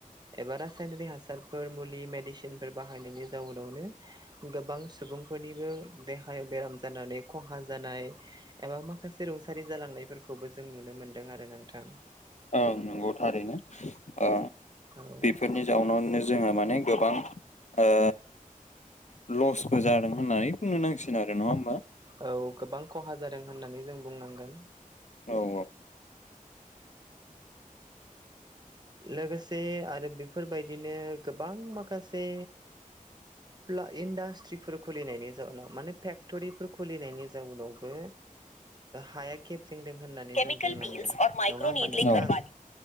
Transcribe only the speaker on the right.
एबा रासायनारिक हासारफोर मुलि मेडिसिनफोर बाहायनायनि जाउनावनो गोबां सुबुंफोरनिबो देहायाव बेराम जानानै खहा जानाय एबा माखासे रुंसारि जालांनायफोरखौबो जों नुनो मोनदों आरो नोंथां।
औ।
औ गोबां खहा जादों होननानै जों बुंनांगोन।
लोगोसे आरो बेफोरबायदिनो गोबां माखासे ब्ला इन्डास्ट्रिफोर खुलिनायनि जाउनाव माने फेक्ट'रिफोर खुलिनायनि जाउनाव बो हाया गेब्रंदों होननानै
जों बुंनांगोन
नङा होमबा
नोंथां?